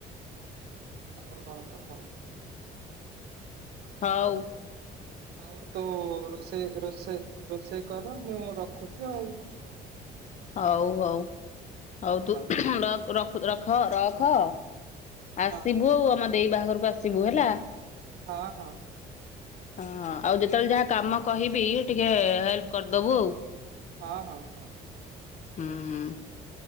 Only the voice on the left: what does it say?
ହଉ
ହଉ ହଉ। ହଉ ତୁ
ର ରଖ ରଖ ରଖ।
ଆସିବୁ ଆମ ଦେଇ ବାହାଘରକୁ ଆସିବୁ ହେଲା।
ହଁ ଆଉ ଯେତେବେଳେ ଯାହା କାମ କହିବି ଟିକେ ହେଲ୍ପ କରିଦବୁ ଆଉ।
ଉଁ- ଉଁ।